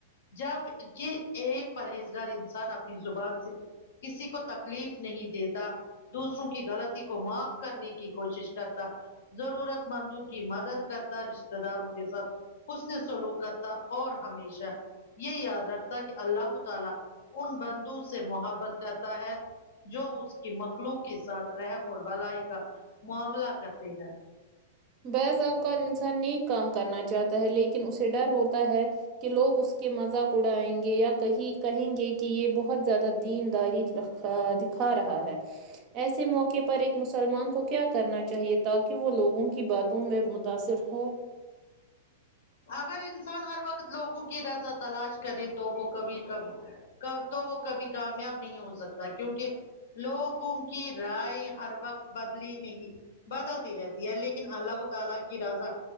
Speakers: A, on the left; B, on the right.
A: جب کہ ایک پرہیزگار انسان اپنی زبان سے کسی کو تکلیف نہیں دیتا دوسروں کی غلطی کو معاف کرنے کی کوشش کرتا ضرورت مندوں کی مدد کرتا رشتے داروں کے ساتھ حوسن نے سلوک کرتا اور ہمیشہ یہ یاد رکھتا ہے کہ اللہ تعالی ان بندو سے محبت کرتا ہے جو اس کی مخلوق کے ساتھ رحم اور بھلائی کا معاملہ کرتے ہیں
B: بعض اوقات انسان نیک کام کرنا چاہتا ہے لیکن اسے ڈر ہوتا ہے کہ لوگ اس کے مذاق اڑائیں گے یا کہیں کہیں گے کہ یہ بہت زیادہ دینداری رکھ دکھا رہا ہے ایسے موقع پر ایک مسلمان کو کیا کرنا چاہیے تاکہ وہ لوگ کی باتوں میں متاثر ہو
A: اگر انسان ہر وقت لوگوں کی رضا تلاش کرے تو وہ کبھی کبھی تو وہ کبھی کامیاب نہیں ہو سکتا کیونکہ لوگوں کی رائے ہر وقت بدلی نہیں بدلتی رہتی ہے لیکن اللہ تعالی کی رضا